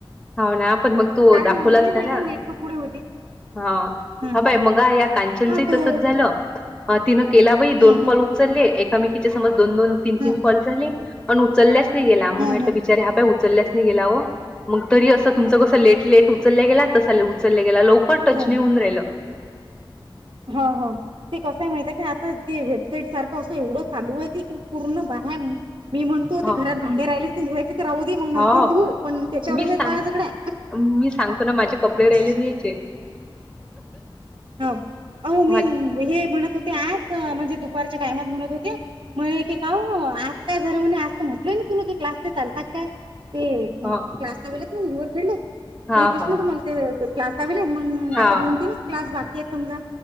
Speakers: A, in the centre; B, on the right.
A: हो ना पण मग तू
B: कारण
A: दाखवला
B: मला
A: असता
B: माहिती
A: ना
B: आहे नेटवर्क पुढे होते
A: हा
B: हम्म
A: हा
B: हम्म.
A: पाय मग या कांचनचं
B: हा तो
A: तसच झालं तिन केला वई
B: हम्म
A: दोन
B: हम्म
A: कॉल उचलले एका मी समज दो दन तीन
B: हम्म
A: तीन कॉल झाले उचलल्याच नाही गेलाग
B: हम्म
A: म्हट
B: हम्म
A: बच ह ल्या गेग त अस तु कस ले उच ग तच ग ल टचनेऊन
B: हा
A: राहिलं
B: हो हो ते कसंय माहित का आता ते सारख अस एवढं चालू आहे की पूर्ण बाहे मी म्हणतो
A: ह
B: घरात भांडेर राहिले राहू दे मग नंतर
A: हो
B: धू पण त्याच्यावरच
A: मी सांग
B: आहेत बाया सगळ्या
A: मी सांगतो ना माझे कपडे राहिले
B: ह
A: धुवायचे.
B: हो हो मी
A: माझे
B: हे म्हणत होते आज म्हणजे दुपारच्या टायमात म्हणत होते म्हण क का आज काय झालं म्हणे आज म्हटलय तुला की क्लासला चालतात का <unintelligible>
A: हा हा हा
B: आ
A: हा
B: दोन तीन क्लास बाकी समजा